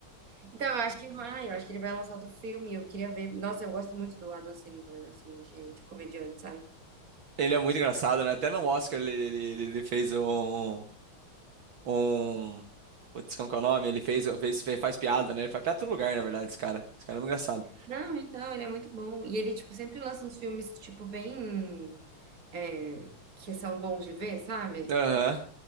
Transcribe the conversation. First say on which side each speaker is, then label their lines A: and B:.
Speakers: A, on the right; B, on the right.
A: Então, eu acho que vai, eu acho que ele vai lançar outro filme, eu queria ver. Nossa, eu gosto muito do Adam Sandler, assim, de, de comediante, sabe?
B: Ele é muito engraçado, né? Até no Oscar ele, ele, ele- ele fez um, um... Putz, como que é o nome? Ele fez, fez, fez- faz piada, né? Ele faz piada em todo lugar, na verdade, esse cara. Esse cara é muito engraçado.
A: Não, então, ele é muito bom. E ele, tipo, sempre lança uns filmes, tipo, bem... é, que são bons de ver, sabe?
B: Aham.